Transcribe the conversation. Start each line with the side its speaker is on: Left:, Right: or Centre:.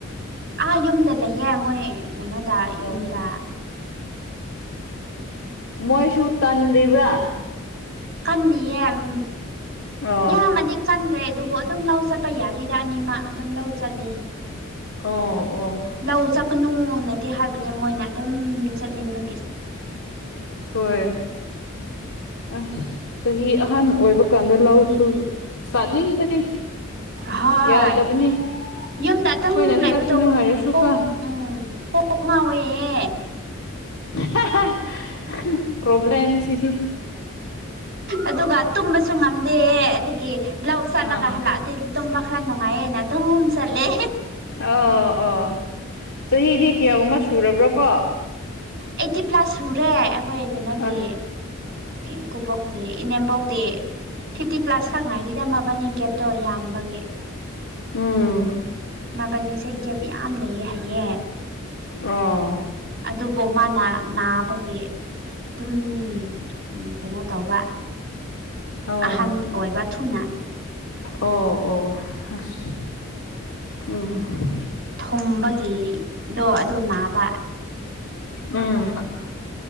Right: ꯑꯥ ꯌꯨꯝꯗ ꯂꯩꯌꯦ ꯃꯣꯏ ꯀꯩꯅꯣꯗ
Left: ꯑꯣ
Right: ꯌꯨꯝꯗ
Left: ꯃꯣꯏꯁꯨ ꯇꯟꯔꯤꯕ꯭ꯔꯥ
Right: ꯀꯅꯤꯌꯦ ꯎꯝ
Left: ꯑꯥ
Right: ꯌꯥꯝꯃꯗꯤ ꯀꯟꯗ꯭ꯔꯦ ꯑꯗꯨꯕꯨ ꯑꯗꯨꯝ ꯂꯧ ꯆꯠꯄ ꯌꯥꯔꯤꯗ ꯑꯅꯤꯃꯛ ꯑꯗꯨꯝ ꯂꯧ ꯆꯠꯂꯤ
Left: ꯑꯣ ꯑꯣ
Right: ꯂꯧ ꯆꯠꯀꯅꯨꯅꯗꯤ ꯍꯥꯏꯕꯅꯦ ꯃꯣꯏꯅ ꯑꯗꯨꯝ ꯆꯠꯅꯤꯡꯕ
Left: ꯍꯣꯏ ꯑꯁ ꯆꯍꯤ ꯑꯍꯥꯟ ꯑꯣꯏꯕ ꯀꯥꯟꯗ ꯂꯧꯁꯨ ꯆꯥꯅꯤꯡꯕꯅꯤ
Right: ꯍꯥꯏ
Left: ꯌꯥꯗꯕꯅꯤ
Right: ꯌꯨꯝꯗ
Left: ꯑꯩꯈꯣꯏꯅ
Right: ꯑꯗꯨꯝ ꯂꯩꯕꯗꯣ
Left: ꯆꯠꯀꯅꯨ ꯍꯥꯏꯔꯁꯨꯀꯣ
Right: ꯀꯣꯛ ꯎꯝ ꯀꯣꯛ ꯉꯥꯎꯋꯦꯌꯦ
Left: <unintelligible> ꯄ꯭ꯔꯣꯕꯂꯦꯝ ꯁꯤꯗꯤ
Right: ꯑꯗꯨꯒ ꯇꯨꯝꯕꯁꯨ ꯉꯝꯗꯦ ꯑꯗꯨꯒꯤ ꯂꯧ ꯆꯠꯂꯒ
Left: ꯑꯥ
Right: ꯍꯜꯂꯛꯑꯗꯤ ꯇꯨꯝꯕ ꯈꯔ ꯅꯨꯡꯉꯥꯏꯌꯦꯅ ꯑꯗꯨꯝ ꯆꯠꯂꯦ
Left: ꯑꯧ ꯑꯣ ꯆꯍꯤꯗꯤ ꯀꯌꯥꯒꯨꯝꯕ ꯁꯨꯔꯕ꯭ꯔꯣꯀꯣ
Right: ꯑꯩꯠꯇꯤ ꯄ꯭ꯂꯁ ꯁꯨꯔꯦ ꯑꯈꯣꯏ ꯀꯩꯅꯣꯗꯤ
Left: ꯑꯁ
Right: ꯏꯀꯨꯕꯣꯛꯇꯦ ꯏꯅꯦꯝꯕꯣꯛꯇꯤ ꯐꯤꯐꯇꯤ ꯄ꯭ꯂꯥꯁ ꯈꯛ ꯉꯥꯏꯔꯤꯗ ꯃꯕꯥꯅꯤꯗꯤ ꯀꯦꯞꯇꯣ ꯌꯥꯝꯕꯒꯤ
Left: ꯎꯝ
Right: ꯃꯕꯥꯟꯅꯤꯁꯦ ꯒꯦꯞ ꯌꯥꯝ ꯂꯩꯌꯦ ꯍꯥꯏꯌꯦ
Left: ꯑꯣ
Right: ꯑꯗꯨꯕꯨ ꯃꯥꯅ ꯅꯥꯕꯒꯤ ꯑꯗꯨꯝ ꯀꯩꯅꯣ ꯇꯧꯕ
Left: ꯑꯣ
Right: ꯑꯍꯟ ꯑꯣꯏꯕ ꯊꯨꯅ
Left: ꯑꯣ ꯑꯣ ꯑꯁ ꯎꯝ
Right: ꯍꯨꯝꯕꯒꯤꯗꯣ ꯑꯗꯨ ꯅꯥꯕ
Left: ꯎꯝ